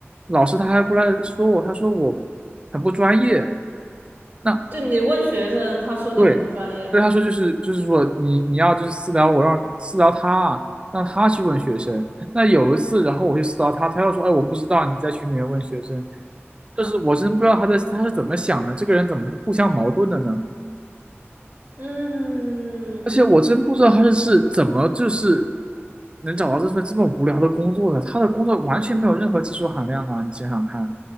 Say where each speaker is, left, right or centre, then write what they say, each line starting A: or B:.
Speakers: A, on the right; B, on the right.
A: 老师他还过来说我，他说我很不专业。那
B: 就你问学生，他说你很不专业。
A: 对，对他说就是就是说你你要就是私聊我，让私聊他啊，让他去问学生。那有一次，然后我去私聊他，他又说，哎，我不知道你在群里面问学生，就是我真不知道他在他是怎么想的，这个人怎么互相矛盾的呢？
B: 嗯
A: 而且我真不知道他是是怎么就是能找到这份这么无聊的工作的，他的工作完全没有任何技术含量啊！你想想看。